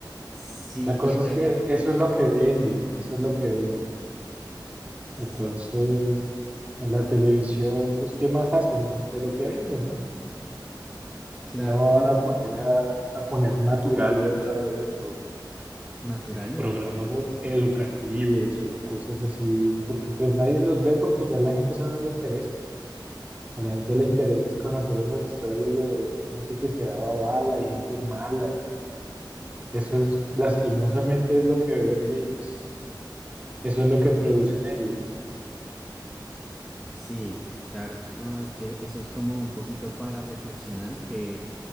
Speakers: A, in the centre; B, on the right.
A: sí,
B: La cosa
A: y en
B: es
A: realidad,
B: que eso es lo que vende, eso es lo que vende.
A: sí,
B: Entonces, en la televisión, pues, ¿qué más hacen de lo que venden, no?
A: claro,
B: No
A: y
B: van
A: no,
B: a poner a, a poner Naturalia otra vez o
A: naturalidad,
B: programas
A: que era.
B: e- educativos o cosas así, porque pues nadie los ve porque ya a la gente eso no le interesa. A la gente le interesa es conocer esas historias de, de gente que se daba bala y gente mala y eso es lastimosamente es lo que vende y pues eso es lo que producen ellos, ¿no?
A: Sí, claro, no, es que eso es como un poquito para reflexionar, que